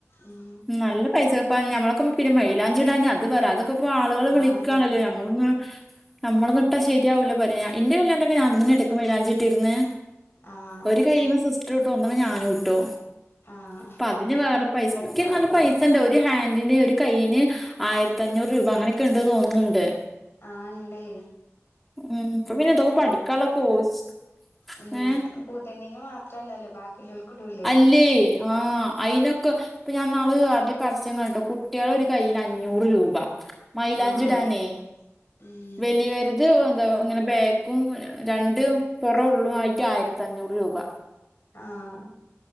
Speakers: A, on the left; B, in the centre.
A: ഉം
B: നല്ല പൈസൊപ്പാണ് ഞമ്മളൊക്കെ പിന്ന മയിലാഞ്ചി ഇടാന് അത് പറ അതൊക്കെ ഇപ്പൊ ആളുകള് വിളിക്കാണല്ലേ
A: ആന്ന്
B: ഞമ്മ് ളൊന്ന് നമ്മളൊന്ന് ഇട്ടാ ശരിയാവില്ല പറയാ ഇന്റെ കല്യാണത്തിനൊക്കെ ഞാൻ തന്നെ ഇട് <unintelligible> മൈലാഞ്ചി ഇട്ട്ര്ന്ന്
A: ആഹ്
B: ഒര് കയ്യിമെ സിസ്റ്ററ് ഇട്ടു ഒന്ന്മ്മേ ഞാനും ഇട്ടു
A: ആഹ്
B: ഇപ്പ അതിന് വേറെ പൈസ ഒക്കെ നല്ലെ പൈ <unintelligible> ഒരു ഹാൻഡിന്റെ ഒരു കൈയ്യിന് ആയിരത്ത് അഞ്ഞൂറ് രൂപ അങ്ങനെക്കെ ഇണ്ട് തോന്ന്ന്ന്ണ്ട്.
A: ആഹ് ഇണ്ടേ.
B: മ്ഹ് ഇപ്പ പിന്നെ ഇതൊക്ക പഠിക്കാള്ള കോഴ്സ്
A: മ്
B: ഏ
A: പുതിണ്ണിന് മാത്രല്ലല്ലോ ബാക്കില്ലോൽക്ക് ഇടൂല്ലേ?
B: <unintelligible> ആഹ് അയിനൊക്കെ ഇപ്പ ഞാൻ ഇന്നാള് ആര്ടെ പരസ്യം കണ്ടു കുട്ടികളെ ഒരു കൈയിന് അഞ്ഞൂറ് രൂപ. മൈലാഞ്ചി
A: ആഹ്
B: ഇടാനെ
A: ഉം
B: വെലിയവര്ത് ത് എന്താ ഇങ്ങനെ ബേക്കും രണ്ട് പൊറോം ഉള്ളും ആയിട്ട് ആയിരത്തഞ്ഞൂറ് രൂപ
A: ആഹ്